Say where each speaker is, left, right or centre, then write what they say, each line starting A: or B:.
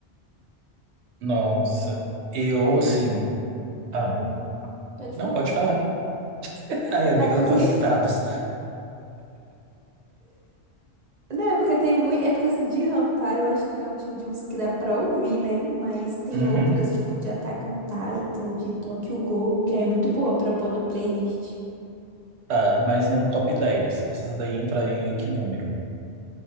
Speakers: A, on the right; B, on the right.
A: Nossa,
B: Hum.
A: eu
B: Mas.
A: assim. Ah,
B: aham. Pode
A: não,
B: falar.
A: pode falar. Aí, amiga,
B: É porque.
A: conectados.
B: <laughs> Não, é porque tem muito. É porque assim, de Hantar eu acho que não é um tipo de música que dá pra ouvir, né? Mas tem
A: Uhum,
B: outras, tipo de Attack on Titan, de Tokyo Ghoul, que é muito boa pra pôr na playlist.
A: tá, mas num top 10, essas daí entrariam em que número?